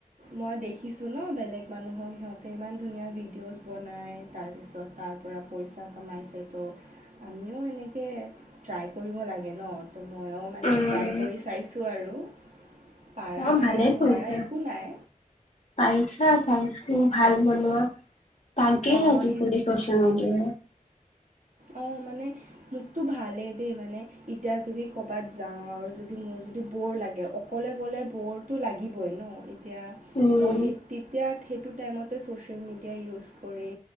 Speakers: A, on the right (about 60°); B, on the left (about 50°).
A: মই দেখিছো ন বেলেগ মানুহক সিহঁতে ইমান ধুনীয়া ভিডিঅ'জ বনাই তাৰপিছত তাৰ পৰা পইচা কমাইছে তো আমিও এনেকে ট্ৰাই কৰিব লাগে ন ত মই মানে
B: উম
A: ট্ৰই কৰি চ চাইছোঁ আৰু পাৰা
B: অ
A: নাৰা
B: ভালে
A: নোৱাৰা
B: কৰিছা।
A: একো নাই
B: পাৰিছা চাইছো ভাল বনোৱা তাকে
A: অঁ
B: আজিকালি চচিয়েল মিডিয়া
A: অ মানে মোকতো ভালেই দেই মানে এতিয়া যদি কৰবাত যাওঁ আৰু যদি মোৰ যদি বৰ লাগে অকলে গ'লে বৰটো লাগিবই ন এতিয়া
B: উম
A: মই সেই তেতিয়া সেইটোত টাইমতে ছ'চিয়েল মিডিয়া ইউজ কৰি